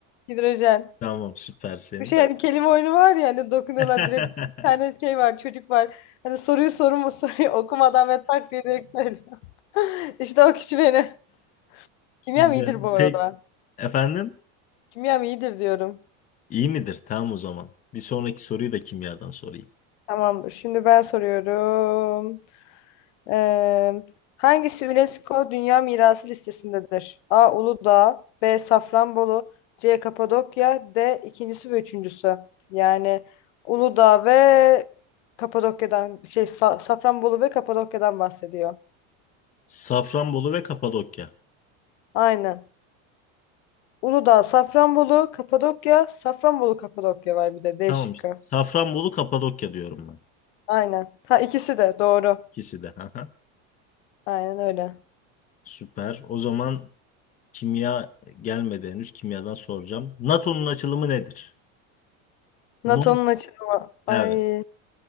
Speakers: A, on the left (about 75°); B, on the left (about 20°).
A: Hidrojen.
B: Tamam süpersin.
A: Bir şey hani kelime oyunu var ya hani dokunuyorlar
B: <laughs>
A: direkt bir tane şey var çocuk var. Hani soruyu sorumu soruyu <laughs> okumadan ve tak diye direkt söylüyor. <laughs> İşte o kişi beni. Kimyam
B: Güzel.
A: iyidir bu arada.
B: Peki efendim?
A: Kimyam iyidir diyorum.
B: İyi midir? Tamam o zaman. Bir sonraki soruyu da kimyadan sorayım.
A: Tamamdır. Şimdi ben soruyorum. Ee, hangisi UNESCO Dünya Mirası listesindedir? A. Uludağ, B. Safranbolu, C. Kapadokya, D. ikincisi ve üçüncüsü. Yani Uludağ ve Kapadokya'dan şey Sa- Safranbolu ve Kapadokya'dan bahsediyor.
B: Safranbolu ve Kapadokya.
A: Aynen. Uludağ, Safranbolu, Kapadokya, Safranbolu, Kapadokya var bir de D
B: Tamam
A: şıkkı.
B: işte. Safranbolu, Kapadokya diyorum ben.
A: Aynen. Ha ikisi de doğru.
B: İkisi de. <laughs> Haha
A: Aynen öyle.
B: Süper. O zaman kimya gelmedi henüz. Kimyadan soracağım. NATO'nun açılımı nedir?
A: NATO'nun
B: Nord.
A: açılımı. Ay.
B: Evet.